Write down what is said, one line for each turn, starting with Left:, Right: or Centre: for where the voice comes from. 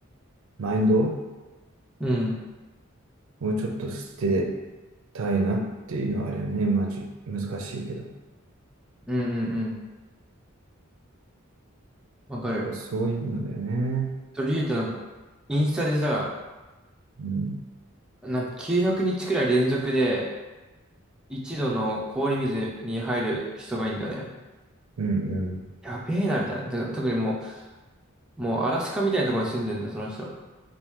Right: マインド
Centre: うん。
Right: をちょっと捨てたいなっていうのはあるよね。マジ、難しいけど。
Centre: うんうんうん。わかる。
Right: なんかそういうのだよね。
Centre: それ言うとなんか、インスタでさ、
Right: うん。
Centre: なんか900日くにちくらい連続で、一度の氷水に入る人がいいんだよね。
Right: うんう
Centre: やべえな、みたいな。で特にもう、もうアラスカみたいなところに住んでんだ、その人。